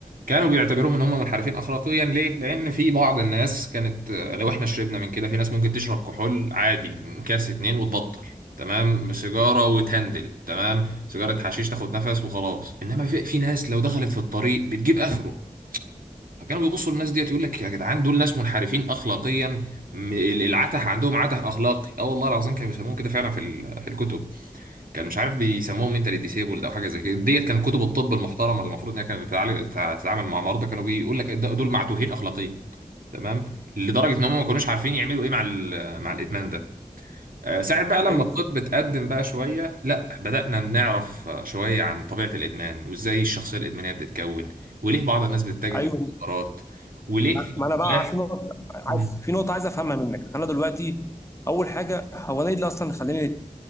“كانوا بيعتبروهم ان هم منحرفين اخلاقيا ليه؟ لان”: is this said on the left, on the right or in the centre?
Right